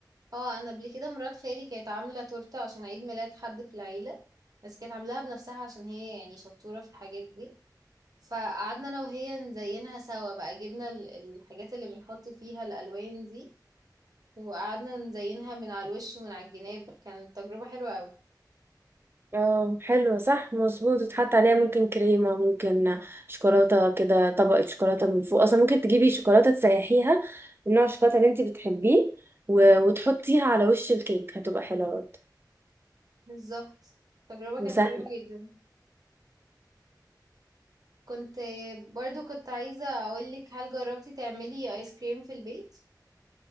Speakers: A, on the right; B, on the right.
A: اه أنا قبل كده مرات خالي كانت عاملة تورتة عشان عيد ميلاد حد في العيلة بس كانت عاملاها بنفسها عشان هي يعني شطورة في الحاجات دي فقعدنا أنا وهي نزينها سوا بقى جبنا ال- الحاجات اللي بنحط فيها الألوان دي وقعدنا نزينها من على الوش ومن على الجناب كانت تجربة حلوة أوي
B: اه حلو صح مظبوط وتحط عليها ممكن كريمة ممكن شوكولاتة كده طبقة شوكولاتة من فوق اصلا ممكن تجيبي شوكولاتة تسيحيها من نوع الشوكولاتة اللي انت بتحبيه و... وتحطيها على وش الكيك هتبقى حلوة برضه
A: بالظبط التجربة
B: وسهل
A: كانت حلوة جدا كنت برضو كنت عايزة أقولك هل جربتي تعملي آيس كريم في البيت؟